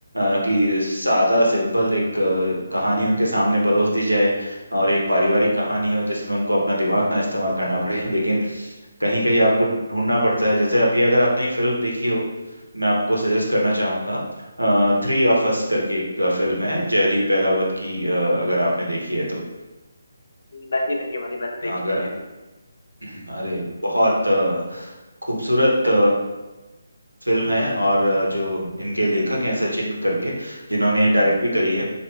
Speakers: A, on the right (about 90°); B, on the left (about 55°).
A: अ, कि सादा सिंपल एक अ, कहानी उनके सामने परोस दी जाए और एक पारिवारिक कहानी हो जिसमें उनको अपना दिमाग ना इस्तेमाल करना पड़े <laughs> लेकिन कहीं कहीं आपको ढूंढना पड़ता है जैसे अभी अगर आपने एक फिल्म देखी हो मैं आपको सजेस्ट करना चाहूंगा थ्री ऑफ अस करके एक फिल्म है जयदीप एलावत की अ, अगर आपने देखी है तो
B: नहीं नहीं भाई मैंने
A: अगर
B: देखी नहीं है अभी
A: <clears throat> अरे बहुत अ, खूबसूरत फिल्म है और अ, जो इनके लेखक हैं सचिन करके जिन्होंने डायरेक्ट भी करी है